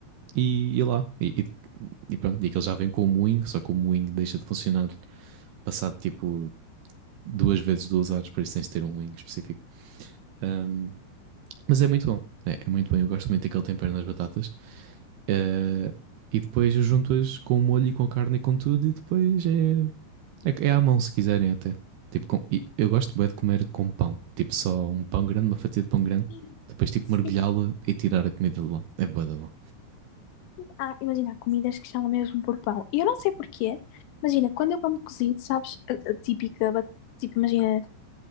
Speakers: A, on the right (about 70°); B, on the left (about 75°).
A: e, e lá. E, e, e pronto, e aquilo já vem com o moinho, só que o moinho deixa de funcionar passado tipo duas vezes duas horas, por isso tens de ter um moinho específico. Ahm, mas é muito bom, é, é muito bom, eu gosto muito daquele tempero nas batatas. Eh, e depois eu junto-as com o molho e com a carne e com tudo, e depois é. É, é à mão, se quiserem até. Tipo, com- e eu gosto bem de comer com pão. Tipo, só um pão grande, uma fatia de pão grande.
B: Sim.
A: Depois, tipo,
B: sim.
A: mergulhá-la e tirar a comida de lá. É bué da bom.
B: Ah, imagina, há comidas que chamam mesmo por pão. E eu não sei porquê. Imagina, quando eu como cozido, sabes, a, a típica, bat- tipo, imagina,